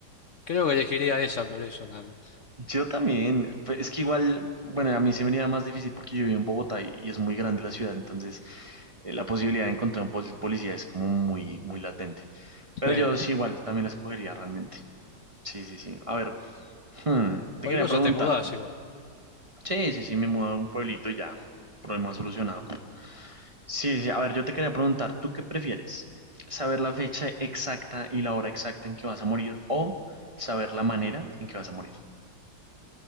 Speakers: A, on the left; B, on the right.
A: creo que elegiría esa por eso nada más.
B: Yo también, pe- es que igual, bueno, a mí se me haría más difícil porque yo vivo en Bogotá y, y es muy grande la ciudad, entonces eh, la posibilidad de encontrar un pol- policía es como muy, muy latente. Pero
A: Sí.
B: yo sí igual también la escogería realmente. Sí, sí, sí. A ver, hmm,
A: Cualquier
B: te quería
A: cosa
B: preguntar.
A: te mudás igual.
B: Sí, sí, sí, me mudo a un pueblito y ya, problema solucionado. Sí, sí, a ver, yo te quería preguntar, ¿tú qué prefieres? ¿Saber la fecha exacta y la hora exacta en que vas a morir o saber la manera en que vas a morir?